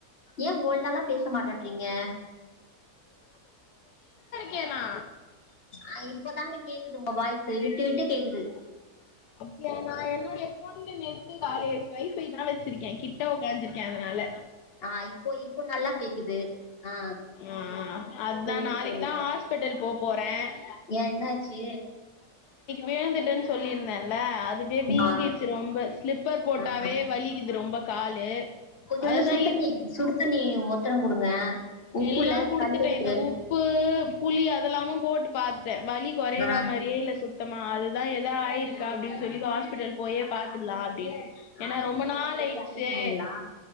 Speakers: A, on the left; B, on the left.
A: ஏன் போல்டல்லாம் பேசமாட்டன்றீங்க
B: கேன் நா
A: ஆ இப்பதாங்க கேக்குது உங்க வாய்ஸு விட்டு விட்டு கேக்குது
B: அப்டியா நான் என்னுடைய ஃபோன்ல நெட்டு காலி ஆயிச்சி ஒய்ஃபை தான் வச்சிருக்கேன் கிட்ட உக்காந்து இருக்கேன் அதனால
A: ஆ இப்போ இப்போ நல்லா கேக்குது ஆ
B: ஆ ஆ அதான்
A: சொல்லுங்க
B: நாளைக்கு
A: சொல்லுங்க
B: தான் ஹாஸ்பிட்டல் போ போறன்
A: ஏ என்னாச்சி
B: விழுந்தட்டன்னு சொல்லியிருந்தன் இல்ல அதுவே வீங்கிருச்சி
A: ஆமா
B: ரொம்ப சில்ப்பர் போட்டாவே
A: ஆ
B: வலிக்குது ரொம்ப காலு
A: கொஞ்ச
B: அதுதா
A: வந்து சுத்தன்னி சுடுத்தன்னி ஒத் தரம் குடுங்க உப்புல
B: எல்லாம் குடுத்துட்டன்
A: கல்லுப்பு
B: இந்த உப்பு புளி அதெல்லாம்மோ போட்டு பாத்துட்டன் வலி கொறையற
A: ஆ
B: மாரியே இல்ல சுத்தமா அதுதா எதா ஆயிருக் க அப்டின் சொல்லி ஹாஸ்பிட்டல் போயே பாத்துடுலா அப்டின் ஏன்னா
A: ஆயில்மெண்ட்
B: ரொம்ப நாள்
A: எல்லா போட்டு
B: ஆயிடுச்சே
A: அப்ளை பண்ணீங்களா